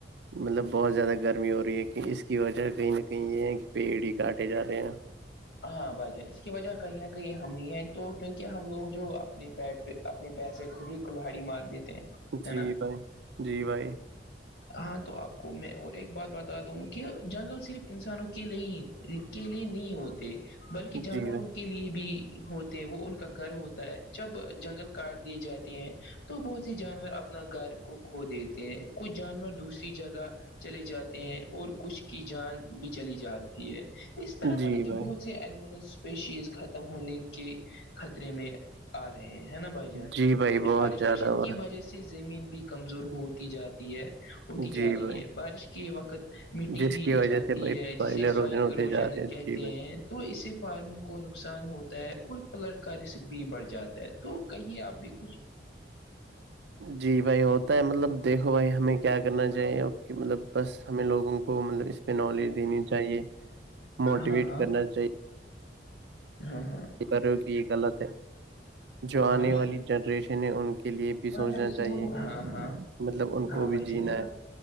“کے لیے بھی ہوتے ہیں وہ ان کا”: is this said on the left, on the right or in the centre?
Left